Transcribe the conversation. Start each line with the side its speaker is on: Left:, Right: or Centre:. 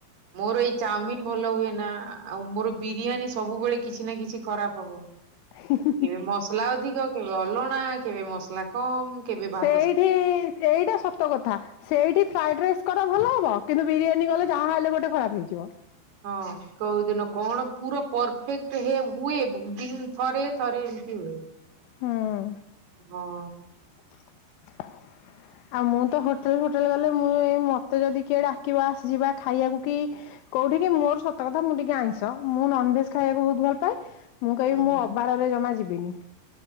Right: ମୋର ଏଇ ଚାଉମିିନ ଭଲ ହୁଏ ନା ଆଉ ମୋର ବିରିୟାନୀ ସବୁବେଳେ କିଛି ନା କିଛି ଖରାପ ହବ। ହଁ
Left: ହିଁ ହିଁ ହିଁ
Right: କେ ମସଲା ଅଧିକ କେବେ ଅଲଣା କେବେ ମସଲା କମ କେବେ ଭା
Left: ଏଇଠି ସେଇଟା ସତ କଥା। ସେଇଠି ଫ୍ରାଏଡ଼ ରାଇସ୍ କର ଭଲ ହବ କିନ୍ତୁ ବିରିୟାନୀ କଲେ ଯାହା ହେଲେ ଗୋଟେ ଖରାପ୍ ହେଇଯିବ।
Right: ହଁଅଁ କଉଦିନ କଣ ପୁର ପରଫେକ୍ଟ ହେ ହୁଏ ବ ଦି ଥରେ ଥରେ ଏମିତି ହୁଏ।
Left: ହଁ
Right: ହଁଅଁ
Left: <inaudible> ଆଉ ମୁଁ ତ ହୋଟେଲ ଫୋଟେଲ ଗଲେ ମୁଁ ଏଇ ମତେ ଯଦି କିଏ ଡାକିବ ଆସଯିବା ଖାଇଆକୁ କି କୋଉଠିିକି ମୋର ସତ କଥା ମୁଁ ଟିକେ ଆଇଁସ ମୁଁ ନନ୍ ଭେଜ୍ ଖାଇଆକୁ ବହୁତ ଭଲ ପାଏ ମୁଁ କଇବି
Right: ହୁଁ
Left: ମୁଁ ଅବାରରେ ଜମା ଯିବିନି।